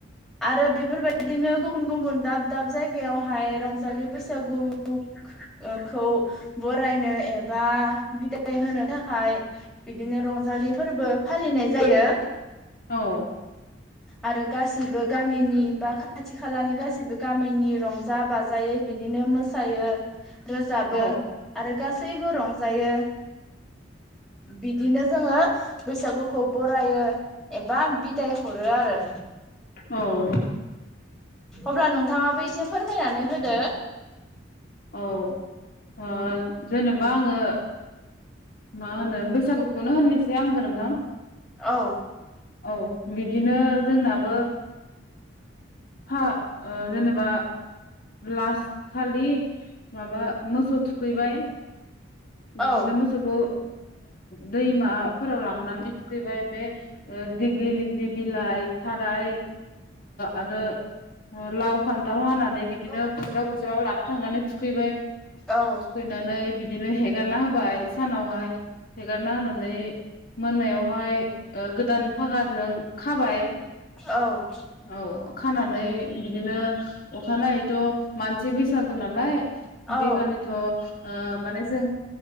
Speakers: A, in the centre; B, on the left.
A: आरो बेफोरबायदि बिदिनो गुबुन गुबुन दाब दाब जायगायावहाय रंजालि बैसागुखौ बरायनो एबा बिदाय होनो थाखाय बिदिनो रंजालि फोरबो फालिनाय जायो।
B: औ
A: आरो गासिबो गामिनि बा खाथि खालानि गासिबो गामिनि रंजा बाजायै बिदिनो मोसायो। रोजाबो
B: औ
A: आरो गासै सैबो रंजायो। बिदिनो जोङो बैसागुखौ बरायो एबा बिदाय हरो आरो।
B: औ
A: अब्ला नोंथाङाबो एसे फोरमायनानै होदो।
B: औ जेनेबा आङो मा होनो बैसागुखौनो होननोसै आंबो नोंथां
A: औ
B: औ बिदिनो जोंनाबो फा जेनेबा लास्ट खालि माबा मोसौ थुखैबाय। बिदिनो
A: औ
B: मोसौखौ दैमाफोराव लांनानै थुखैबाय बे दिग्लि लिथि बिलाइ थाराय आरो लाव फान्थाव हानानै बिदिनो
A: औ
B: बुज्राव बुज्राव लाना थांनानै थुखैबाय
A: औ
B: थुखैनानै बिदि बिदिनो हेगारना होबाय सानावहाय हेगारना होनानै मोनायावहाय गोदान फागाजों खाबाय
A: औ
B: औ खानानै बिदिनो अखानायैथ' मानसि बैसागु नालाय
A: औ
B: बे खालिथ' ओ माने जों